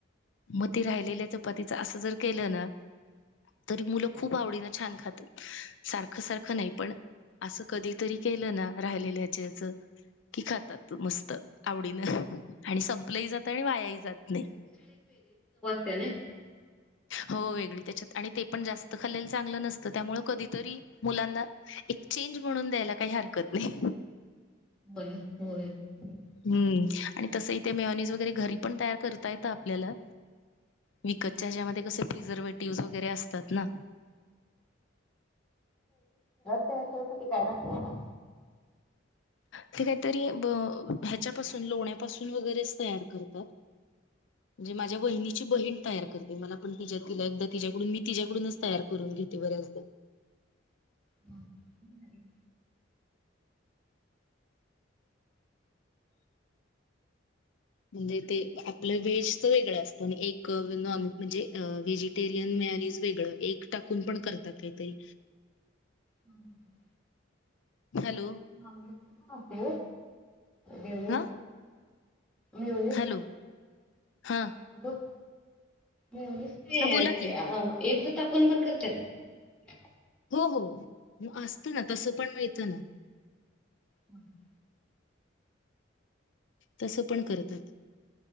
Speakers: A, on the left; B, in the centre.
A: म ते राहिलेल्या चपातीच असं जर केलं ना, तरी मुलं खूप आवडीनं छान खातील. सारखं सारखं नाही, पण आसं कधीतरी केलं ना, राहिलेल्याच की खातात मस्त आवडीनं आणि संपलंही जात आणि वायाही जात नाही.
B: त्याने
A: हो, वेगळी त्याच्यात आणि ते पण जास्त खाल्लेलं चांगलं नसतं, त्यामुळे कधीतरी मुलांना एक चेंज म्हणून द्यायला काही हरकत नाही.
B: होय होय हो.
A: हम्म आणि तसं इथे मेयॉनीज वगैरे घरी पण, तयार करता येत आपल्याला. विकतच्या ह्याच्यामध्ये कसे प्रिझर्वेटिव्हज वगैरे असतात ना.
B: तयार करायसाठी काय लागत?
A: ते काहीतरी ब ह्याच्यापासून, लोण्यापासून वगैरेच तयार कर त म्हणजे माझ्या वहिनीची बहीण तयार करते, मला पण तिच्या तिला एकदा तिच्याकडून मी तिच्याकडूनच तयार करून घेते बऱ्याचदा.
B: हम्म, हे भारीए.
A: म्हणजे ते आपलं व्हेजच वेगळं असतं, एक नॉन म्हणजे अ व्हेजिटेरियन ते आणि वेगळं, एग टाकून पण करतात कायतरी.
B: हम्म,
A: हॅलो
B: नॉनव्हेज पण असतंय होय? बेवनीज
A: हा
B: मेवनिज
A: हॅलो हा
B: बग मेवनिज नाही,
A: हा बोला की
B: अ एग्ज टाकून पण करत्यात.
A: हो हो, मग असतं ना तसं पण मिळतं ना.
B: हम्म.
A: तसं पण करतात.